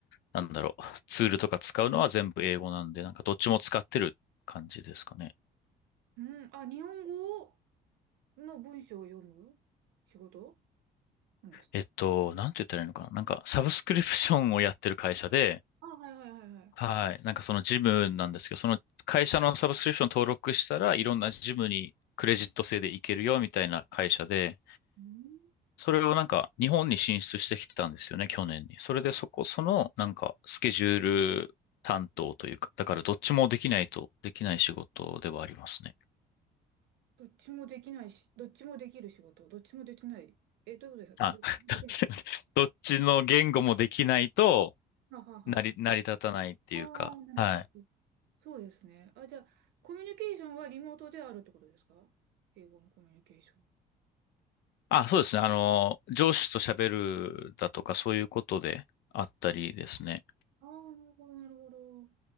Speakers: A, on the left; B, on the right.
A: なんだろう、ツールとか使うのは全部英語なんで、なんかどっちも使ってる感じですかね。
B: うん、あ、日本語の文章を読む仕事なんですか
A: えっと、なんて言ったらいいのかな。なんか、サブスクリプションをやってる会社で、
B: あ、はいはいはいはい。
A: はい。なんかそのジムなんですけど、その会社のサブスクリプション登録したらいろんなジムにクレジット制で行けるよみたいな会社で、
B: うん、
A: それをなんか日本に進出してきてたんですよね、去年に。それでそこ、そのなんかスケジュール担当というか、だからどっちもできないとできない仕事ではありますね。
B: どっちもできないし、どっちもできる仕事、どっちもできない。え、どういうことですかどどできない。
A: あ、<laughs> どっちの言語もできないと
B: はあはあはあ。
A: 成り、成り立たないっていうか、
B: ああ、なるほど。
A: はい。
B: そうですね。あ、じゃあ、コミュニケーションはリモートであるってことですか英語のコミュニケーション。
A: あ、そうですね。あの、上司と喋るだとか、そういうことであったりですね。
B: ああ、なるほど、なるほど。